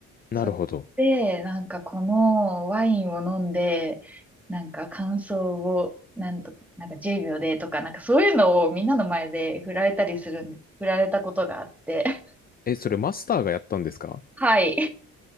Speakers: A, on the left; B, in the centre.
A: なるほど。
B: それで、なんかこのワインを飲んで、なんか感想を、なんと、なんか10秒でとか、なんかそういうのをみんなの前で振られたりするん、振られたことがあって。<laughs>
A: え、それマスターがやったんですか
B: はい。